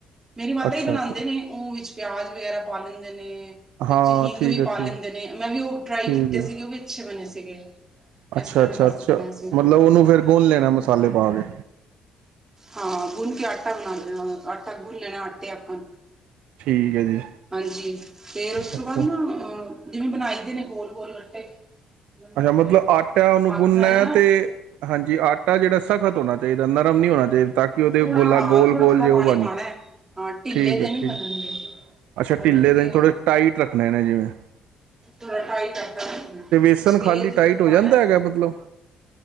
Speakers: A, on the right; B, on the right.
A: ਮੇਰੀ ਮਾਤਾ
B: ਅੱਛਾ
A: ਹੀ ਬਣਾਉਂਦੇ
B: ਠੀਕ
A: ਨੇ, ਉਹ ਵਿੱਚ ਪਿਆਜ਼ ਵਗੈਰਾ ਪਾ ਲੈਂਦੇ ਨੇ। ਵਿੱਚ
B: ਹਾਂ
A: ਹਿੰਗ
B: ਠੀਕ
A: ਵੀ
B: ਹੈ
A: ਪਾ
B: ਠੀਕ
A: ਲੈਂਦੇ ਨੇ, ਮੈਂ ਵੀ ਉਹ ਟਰਾਈ
B: ਠੀਕ
A: ਕੀਤੇ
B: ਹੈ
A: ਸੀ ਗੇ, ਉਹ ਵੀ ਅੱਛੇ ਬਣੇ ਸੀਗੇ।
B: ਅੱਛਾ
A: ਇਸ ਤਰ੍ਹਾਂ
B: ਅੱਛਾ
A: ਵੀ ਕਰ
B: ਅੱਛਾ
A: ਸਕਦੇ ਹਾਂ ਅਸੀਂ
B: ਮਤਲਬ ਉਹਨੂੰ ਫਿਰ ਗੁਣ ਲੈਣਾ ਮਸਾਲੇ ਪਾ ਕੇ।
A: ਹਾਂ ਗੁੰਨ ਕੇ ਆਟਾ ਬਣਾਉਂ ਦੇਨਾ, ਆਟਾ ਗੁੰਨ ਲੈਣਾ ਆਟੇ ਆਕਣ।
B: ਠੀਕ ਹੈ ਜੀ
A: ਹਾਂਜੀ, ਫੇਰ ਉਸ ਤੋਂ
B: ਅੱਛਾ
A: ਬਾਅਦ ਨਾ ਅ ਜਿਵੇਂ ਬਣਾਈ ਦੇ ਨੇ, ਗੋਲ ਗੋਲ ਗੱਟੇ। ਲੰਬੇ-ਲੰਬੇ
B: ਅੱਛਾ ਮਤਲਬ, ਆਟਾ ਉਹਨੂੰ
A: ਹੱਥ
B: ਗੁਨਨਾ
A: ਨਾਲ ਨਾ
B: ਐ, ਤੇ ਹਾਂਜੀ ਆਟਾ ਜਿਹੜਾ ਸਖ਼ਤ ਹੋਣਾ ਚਾਹੀਦਾ, ਨਰਮ ਨਹੀਂ ਹੋਣਾ ਚਾਹੀਦਾ। ਤਾਂ ਕਿ ਉਹਦੇ
A: ਥੋੜਾ
B: ਗੋਲਾ,
A: ਹਾਂ
B: ਗੋਲ
A: ਥੋੜਾ-ਥੋੜਾ
B: ਗੋਲ ਜੇ ਉਹ
A: ਪਾਣੀ
B: ਬਣ
A: ਪਾਣਾ ਹੈ ਹਾਂ ਢਿੱਲੇ
B: ਠੀਕ
A: ਤੇ
B: ਹੈ
A: ਨਹੀਂ
B: ਠੀਕ।
A: ਬਣਨਗੇ
B: ਅੱਛਾ
A: ਬਣਨਗੇ
B: ਢਿੱਲੇ ਦੇ, ਥੋੜ੍ਹੇ ਟਾਈਟ ਰੱਖਣੇ ਨੇ, ਜਿਵੇਂ
A: ਥੋੜ੍ਹਾ ਟਾਈਟ ਆਟਾ ਘੁਣਨਾ ਐ,
B: ਤੇ ਵੇਸਣ
A: ਵਿੱਚ
B: ਖਾਲੀ
A: ਤੇਲ ਜ਼ਰੂਰ
B: ਟਾਈਟ ਹੋ
A: ਪਾਉਣਾ
B: ਜਾਂਦਾ
A: ਹੈ।
B: ਹੈਗਾ ਮਤਲਬ